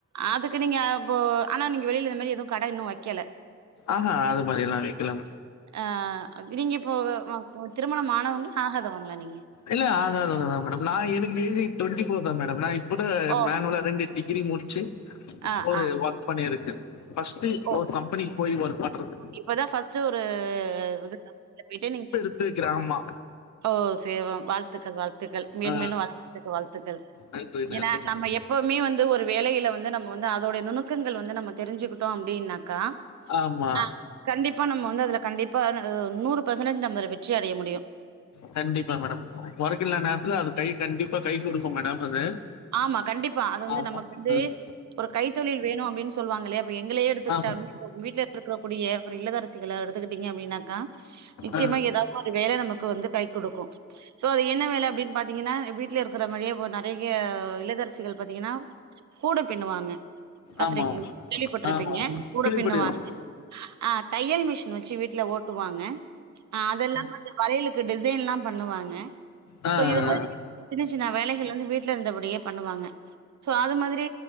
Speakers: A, on the right; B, on the left.
A: அதுக்கு நீங்க அப்போ ஆனா நீங்க வெளில இந்த மாதிரி எதுவு கட இன்னு வைக்கல
B: ஆஹ அது மாரிலா வைக்கல
A: ஆ நீங்க இப்போ திருமணம் ஆனவங்ளா ஆகாதவங்ளா நீங்க
B: இல்ல ஆகாதவங்கத மேடம் நா எனக்கு ஏஜ் டுவென்டி ஃபோர் தா மேடம் நா இப் பதா
A: ஓ
B: மேனுவல ரெண்டு டிகிரி முடிச்சு
A: ஆ
B: ஒரு
A: ஆ
B: ஒர்க் பண்ணிருக்க ஃபர்ஸ்டடு
A: ஓ
B: ஒரு கம்பெனிக்கு போய் ஒர்க் பாத்துருந்து
A: இப்பதா ஃபர்ஸ்ட் ஒரு கப்பெனில போய்ட்டு நீங்க
B: ர்க்குற ஆமா
A: ஓ செய்வோம் வாழ்த்துக்கள் வாழ்த்துக்கள் மேலு
B: ஆ
A: மேலு வளர்ரதுக்கு வாழ்த்துக்கள்
B: நன்றி, நன்றி
A: ஏன்னா
B: மேடம்.
A: நம்ம எப் எப்போவுமே வந்து ஒரு வேலையில வந்து நம்ம வந்து அதோடைய நுணுக்கங்கள் வந்து நம்ம தெரிஞ்சுக்குட்டோ அப்டின்னாக்கா
B: ஆமா
A: ஆ கண்டிப்பா நம்ம வந்து அதுல கண்டிப்பா அதுல நூறு பர்சன்டேஜ் நம்ம வெற்றி அடைய முடியு
B: கண்டிப்பா மேடம் ஒர்க்கில்லா நேர்த்துல அது கை கண்டிப்பா கை குடுக்கு மேடம் அது
A: ஆமா கண்டிப்பா அது வந்து
B: ஆமா.
A: நமக்கு வந்து
B: ம்.
A: ஒரு கை தொழில் வேணு அப்டின்னு சொல்லுவாங்களையா இப்ப எங்களே எடுத்துக்கிட்டாலு
B: ஆமா.
A: உங்க வீட்ல இருக்க கூடிய ஒரு இல்லத்தரசிகல எடுத்துக்கிட்டிங்க அப்டின்னாக்கா நிச்சியமா
B: ஆ.
A: ஏதாவது ஒரு வேல நம்மக் கு வந்து கை குடுக்கு சோ அது என்ன வேல அப்டின்னு பாத்தீங்கன்னா எ வீட்லே இருக்குற மாரியே நறைய யே இல்லத்தரசிகள் பாத்தீங்ன்னா கூட பின்னுவாங்க பாத்துருக்கீங்
B: ஆமா, ஆமா.
A: கேள்விப்பட்டிருப்பீங்க
B: ஆமா.
A: கூட
B: கேள்விப்பட்டிருக்கேன்.
A: பின்னு வாங்க ஆ தையல் மிஷின் வெச்சு வீட்ல ஓட்டுவாங்க ஆ அதெல்லா <unintelligible> வளையலுக்கு டிசைன்லா பண்ணுவாங்க
B: ஆ, ஆ. ஆ, ஆ, ஆ.
A: சோ இது மாரி சின்ன சின்ன வேலைகள் வந்து வீட் ட்ல இருந்தபடியே பண்ணுவாங்க சோ அது மாதிரி